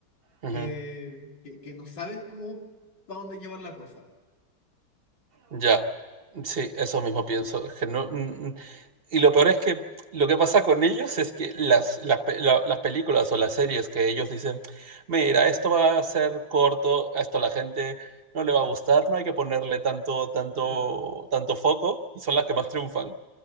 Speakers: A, on the right; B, on the left.
A: ujú.
B: que, que, que no saben cómo, para dónde llevar la cosa.
A: Ya, sí, eso mismo pienso. es que no, n- n- y lo peor es que lo que pasa con ellos es que las, las, pe- la- las películas o las series que ellos dicen, mira, esto va a ser corto, a esto a la gente no le va a gustar, no hay que ponerle tanto, tanto,
B: Claro.
A: tanto foco, y son las que más triunfan.